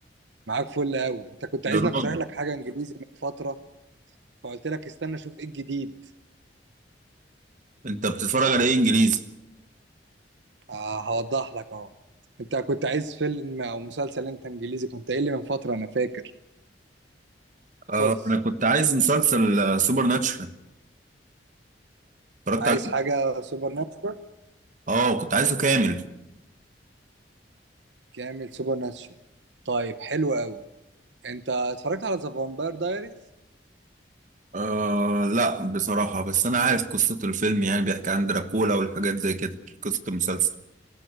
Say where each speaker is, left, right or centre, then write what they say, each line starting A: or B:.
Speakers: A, on the right (about 75°); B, on the right (about 45°).
A: معاك فل قوي انت كنت
B: يا
A: عايزني
B: راجل
A: اقترح لك حاجه انجليزي من فتره فقلت لك استنى اشوف ايه الجديد
B: انت بتتفرج على ايه انجليزي
A: آه هوضح لك اهو انت كنت عايز فيلم او مسلسل انت انجليزي كنت قايل لي من فتره انا فاكر
B: آه
A: بص
B: انا كنت عايز مسلسل آه، سوبر ناتشورال اتفرجت
A: عايز
B: عليه
A: حاجه سوبر ناتشورال
B: اه كنت عايزه كامل
A: كامل سوبر ناتشورال طيب حلو قوي انت اتفرجت على ذا فامباير دايريز
B: آه لا بصراحة بس انا عارف قصة الفيلم يعني بيحكي عن دراكولا والحاجات زي كده قصة المسلسل